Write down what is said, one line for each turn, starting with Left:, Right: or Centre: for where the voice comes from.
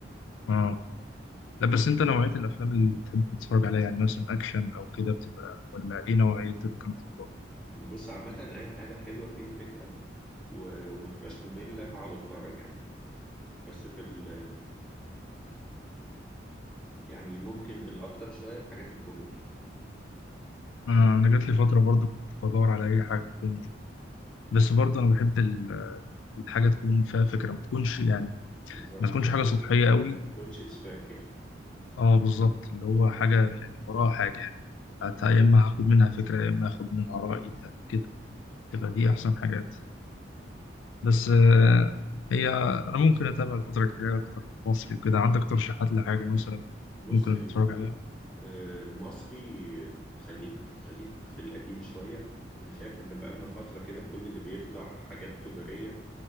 Left: اه لا بس انت نوعيه الافلام اللي بتحب تتفرج عليها يعني مثلا اكشن او كده بتبقى ولا ايه نوعيه المفضله
Centre: بص عامة أي حاجة حلوة فيها فكرة و... وما تبقاش مملة هقعد أتفرج يعني بس في ال يعني ممكن الأكتر شوية الحاجات الكوميدي
Left: آه، انا جات لي فتره برضو كنت بدور على اي حاجه كوميدي بس برضه انا بحب ال- الحاجه تكون فيها فكره ما تكونش يعني
Centre: بالظبط
Left: ما تكونش
Centre: ما
Left: حاجه
Centre: يكون
Left: سطحيه قوي
Centre: ما يكونش إسفاف يعني
Left: اه بالظبط اللي هو حاجه يعني وراها حاجه يعني حتى يا اما هاخد منها فكره يا اما هاخد منها راي كده تبقى دي احسن حاجات بس آه، هي انا ممكن اتابع الفتره الجايه اكتر مصري وكده عندك ترشيحات لحاجه مثلا
Centre: بص
Left: ممكن
Centre: ال-
Left: اتفرج عليها
Centre: آه، المصري خليك خليك في القديم شوية أنا شايف إن بقالنا فترة كده كل اللي بيطلع حاجات تجارية